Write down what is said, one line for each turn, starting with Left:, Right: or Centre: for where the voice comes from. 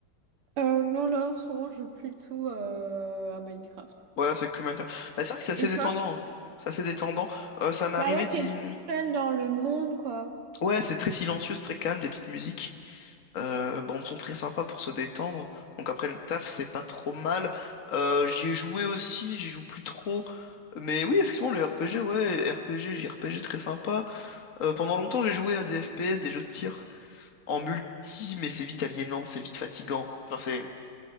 Right: Euh, non, là, en ce moment, je joue plutôt euh, à Minecraft.
Left: Ouais, c'est que Minecraft. Bah, c'est vrai que c'est assez
Right: Et toi?
Left: détendant. hein. C'est assez détendant. Euh, ça m'est
Right: Bah
Left: arrivé
Right: ouais, t'es
Left: d'y...
Right: tout seul dans le monde, quoi.
Left: Ouais, c'est très silencieux, c'est très calme, des petites musiques. Euh, bandes sont très sympas pour se détendre. Donc après le taf, c'est pas trop mal. Euh, j'y ai joué aussi, j'y joue plus trop. Mais oui, effectivement, le RPG, ouais, RPG, JRPG, très sympa. Euh, pendant longtemps, j'ai joué à des FPS, des jeux de tir en multi, mais c'est vite aliénant, c'est vite fatigant. Enfin, c'est...